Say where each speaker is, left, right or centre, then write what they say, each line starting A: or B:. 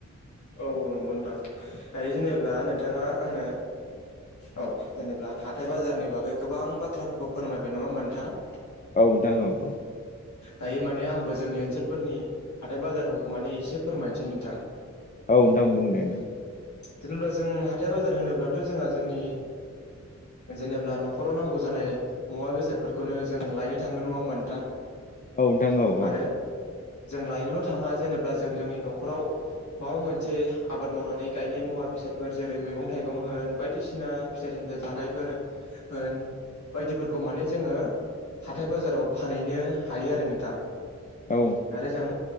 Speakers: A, on the left; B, on the left.
A: औ नंगौ नोंथां दायो जेनेबा नोंथाङा आंनो
B: <unintelligible>
A: औ जेनेबा हाथाइ बाजारनि बागै गोबां बाथ्राफोरखौ फोरमायबाय नङा होमबा नोंथां
B: औ नोंथां औ औ
A: दायो माने आंबो जोंनि ओनसोलफोरनि हाथाइ बाजारफोरखौ माने एसे फोरमायनोसै नोंथां
B: औ नोंथां बुं दे नों
A: जेनेबा जों हाथाइ बाजार होनोब्लाथ' जोंहा जोंनि जेनेब्ला न'खराव नांगौ जानाय मुवा बेसादफोरखौनो जों लायनो थाङो नङा होमबा नोंथां
B: औ नोंथां औ
A: आरो
B: औ
A: जों लायनोल' थाङा जेनेबा जों जोंनि न'खराव माबा मोनसे आबाद मावनानै गायनाय मुवा बेसादफोर जेरै मैगं थाइगं होन बायदिसिना फिथाइ सामथायाइ जानायफोर होन बायदिफोरखौ माने जोङो हाथाइ बाजाराव फानहैनो हायो आरो नोंथां आरो
B: औ
A: जों